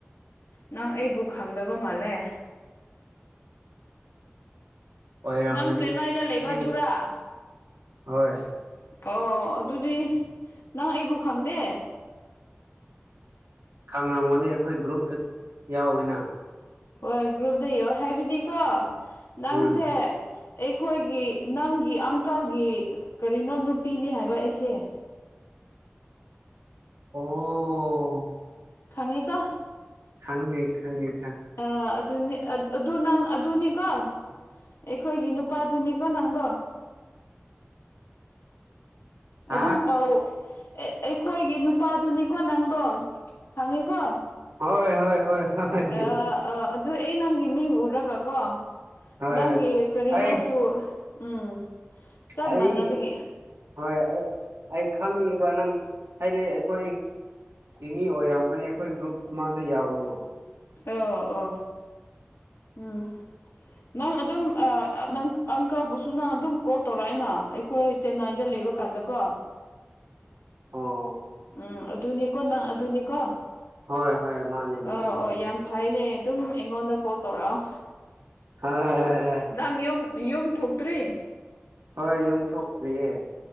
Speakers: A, on the left; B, on the right.
A: ꯅꯪ ꯑꯩꯕꯨ ꯈꯪꯗꯕ ꯃꯥꯜꯂꯦ
B: ꯑꯣꯏꯔꯝꯒꯅꯤ
A: ꯅꯪ ꯆꯦꯟꯅꯥꯏꯗ ꯂꯩꯕꯗꯨꯔ
B: ꯑꯩꯗꯤ ꯍꯣꯏ
A: ꯑꯣ ꯑꯗꯨꯗꯤ ꯅꯪ ꯑꯩꯕꯨ ꯈꯪꯗꯦ
B: ꯈꯥꯡꯅꯥꯃꯅꯤ ꯑꯩꯈꯣꯏ ꯒ꯭ꯔꯨꯞꯇ ꯌꯥꯎꯋꯦꯅ
A: ꯍꯣꯏ ꯒ꯭ꯔꯨꯞꯗ ꯌꯣ ꯍꯥꯏꯕꯤꯗꯤꯀꯣ ꯅꯪꯁꯦ
B: ꯎꯝ
A: ꯑꯩꯈꯣꯏꯒꯤ ꯅꯪꯒꯤ ꯑꯪꯀꯜꯒꯤ ꯀꯔꯤꯅꯣ ꯅꯨꯄꯤꯅꯤ ꯍꯥꯏꯕ ꯑꯩꯁꯦ
B: ꯑꯣ
A: ꯈꯪꯉꯤ ꯀꯣ
B: ꯍꯪꯅꯤꯦ ꯍꯪꯉꯤ
A: ꯑ ꯑꯗꯨꯅꯤ ꯑꯗꯨ ꯅꯪ ꯑꯗꯨꯅꯤꯀꯣ ꯑꯩꯈꯣꯏꯒꯤ ꯅꯨ ꯅꯨꯄꯥꯗꯨꯅꯤꯀꯣ ꯅꯪꯗꯣ
B: ꯍꯥ
A: ꯑꯗꯨꯝ ꯄꯥꯎ ꯑꯩꯈꯣꯏꯒꯤ ꯅꯨꯄꯥꯗꯨꯅꯤꯀꯣ ꯅꯪꯗꯣ ꯐꯪꯉꯤꯀꯣ
B: ꯍꯣꯏ ꯍꯣꯏ ꯍꯣꯏ ꯍꯣꯏ ꯍꯣꯏ
A: ꯑ ꯑꯥ ꯑꯗꯨ ꯑꯩ ꯅꯪꯒꯤ ꯃꯤꯡ ꯎꯔꯒ ꯀꯣ
B: ꯍꯣꯏ
A: ꯅꯪꯒꯤ ꯀꯔꯤꯅꯣꯁꯨ
B: ꯑꯩ
A: ꯎꯝ ꯆꯞ
B: ꯑꯩ
A: ꯃꯥꯟꯅꯕꯒꯤ
B: ꯍꯣꯏ ꯑꯩ ꯈꯪꯉꯕ ꯅꯪ ꯍꯥꯏꯗꯤ ꯑꯩꯈꯣꯏ ꯊ ꯑꯣꯏꯔꯝ ꯃꯅꯤ ꯑꯩꯈꯣꯏ ꯭ꯔꯨꯞ ꯀ ꯃꯥꯥꯗ ꯌꯥꯣꯏꯅ
A: ꯑ ꯑ ꯎꯝ ꯅꯪ ꯑꯗꯨꯝ ꯅꯪ ꯑꯪꯀꯕꯨꯁꯨ ꯅꯪ ꯑꯗꯨꯝ ꯀꯣꯜ ꯇꯧꯔꯛꯏꯅ ꯑꯩꯈꯣꯏ ꯆꯦꯟꯅꯥꯏꯗ ꯂꯩ <unintelligible> ꯀꯥꯟꯗ ꯀꯣ
B: <inaudible> ꯑꯣ
A: ꯎꯝ ꯑꯗꯨꯅꯤꯀꯣ ꯅꯪ ꯑꯗꯨꯅꯤꯀꯣ
B: ꯍꯣꯏ ꯍꯣꯏ ꯃꯥꯅꯦ ꯃꯥꯅꯦ
A: ꯑꯥ ꯑꯣ
B: ꯃꯥꯅꯦ
A: ꯌꯥꯝ ꯐꯩꯅꯦ ꯑꯗꯨꯝ ꯑꯩꯉꯣꯟꯗ ꯀꯣꯜ ꯇꯧꯔꯛꯑꯣ
B: <unintelligible>
A: ꯅꯪ ꯌꯨꯝ ꯌꯨꯝ ꯊꯣꯛꯇ꯭ꯔꯤ
B: ꯍꯣꯏ ꯌꯨꯝ ꯊꯣꯛꯇ꯭ꯔꯤꯌꯦ